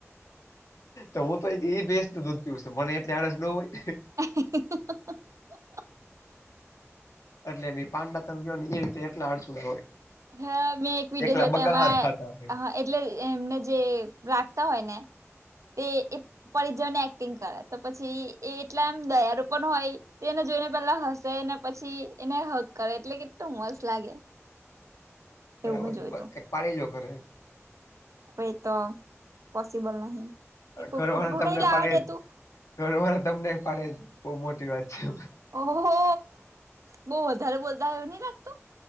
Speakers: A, on the left; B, on the right.
A: તો હું તો ઈ ભેંસનો દૂધ પીવું છું. તો મને એટલે આળસ ન હોય.
B: હા હા હા
A: એટલે બી પાંડા તમે કયો ને એ રીતે એટલા આળસુડા હોય.
B: હા મેં એક વિડીયો
A: એકલા
B: જોતા
A: બગા
B: એમાં
A: હાથ ખાતા હોય
B: હા એ એટલે એમને જે રાખતા હોય ને તે પરિજને એક્ટિંગ કરે. તો પછી એ એટલા એમ દયારુ પણ હોય. તે એને જોઈને પેલા હસે ને પછી એને હક કરે એટલે કેટલુ મસ્ત લાગે.
A: બરાબર
B: એવું મેં જોયું
A: છે.
B: તું
A: એક પાડી લ્યો ઘરે એક.
B: હવે એ તો પૉસિબલ નહી. એ
A: ઘરવાળા
B: કુતરું
A: તમને
B: નહીં લવા
A: પાડે
B: દેતું.
A: ઘરવાળા તમને પાડે બહુ મોટી વાત છે.
B: ઓહો! બવ વધારે બોલતા હોય એવું નહિ લાગતું.